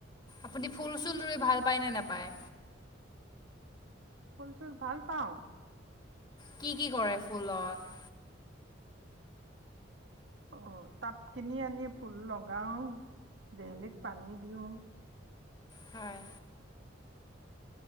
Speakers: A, on the left; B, on the right.
A: আপুনি ফুল চুল ৰুই ভাল পায় নে নাপায়?
B: ফুল চুল ভাল পাওঁ।
A: কি- কি কৰে ফুলত?
B: অহ ', টাপ কিনি আনি ফুল লগাও দেইলি পানী দিও।
A: হয়